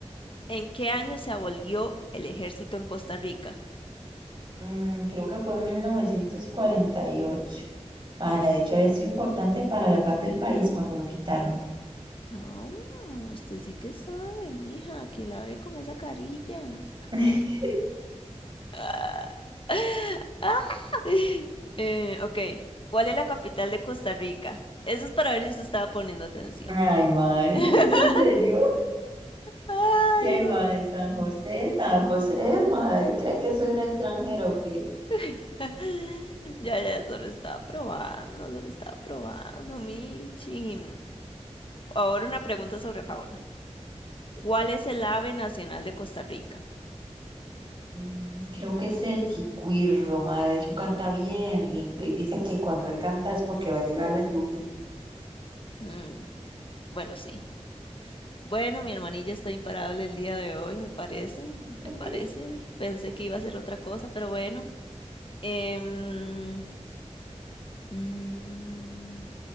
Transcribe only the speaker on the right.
Mm, creo que fue en 1948. Madre, de hecho, había sido importante para la paz del país cuando lo quitaron.
<laughs>
Ay,
madre,
¿es en serio?
De ay,
madre, San José, San José, madre, ¿cree que soy una extranjera o qué?
Mm, creo que es el Chiquirro, madre, de hecho canta bien lindo y dicen que cuando él canta es porque va a llegar la lluvia.
<laughs>